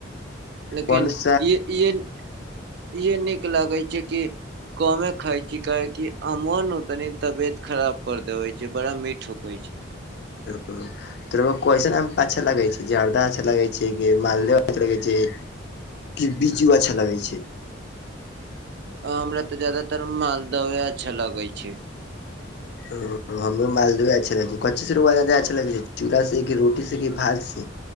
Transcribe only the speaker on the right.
लेकिन
ई इहे इहे नीक लागै छै कि कमे खाय छी, काहेकि अमवा नु तनी तबियत खराब कर देबै छै, बड़ा मीठ होकै छै।
आ हमरा तऽ जादातर मालदोए अच्छा लागै छै।